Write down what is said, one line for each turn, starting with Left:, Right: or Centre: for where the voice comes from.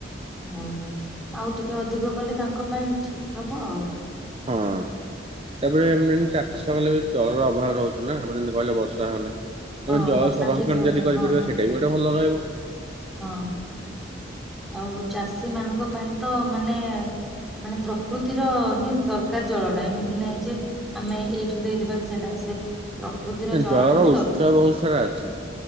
Centre: ହଉ ଆଉ ଟିକେ ଅଧିକ କଲେ ତାଙ୍କ ପାଇଁ ଠିକ ହବ ଆଉ <inaudible>
Right: ହଁ ତାପରେ ଏମିତି ଚାଷ କଲେ ବି ଜଳର ଅଭାବ ରହୁଛିୁ ନା ଆମେ ଯେମିତି କହିଲେ ବର୍ଷା ହଉନି
Centre: ହଁ
Right: ଏବଂ ଜଳ
Centre: ବର୍ଷା
Right: ସଂରକ୍ଷଣ
Centre: ଠିକ ଭାବ
Right: ଯଦି କରିପାରିବ
Centre: ହଁ
Right: ସେଇଟା ବି ଗୋଟେ ଭଲ ରହିବ।
Centre: ହଁ। ଆଉ ଚାଷୀ ମାନଙ୍କ ପାଇଁ ତ ମାନେ ମାନେ ପ୍ରକୃତିର ହିଁ ଦରକାର ଜଳ ଟା ଏମିତି ନାଇଁ ଯେ ଆମେ ଏଇଠୁ ଦେଇଦବା କି ସେଇଟା ସେ ପ୍ରକୃତିର ଜଳଟା
Right: ଜଳର
Centre: ହିଁ
Right: ଉତ୍ସ
Centre: ଦରକାର।
Right: ବହୁତ ସାରା ଅଛି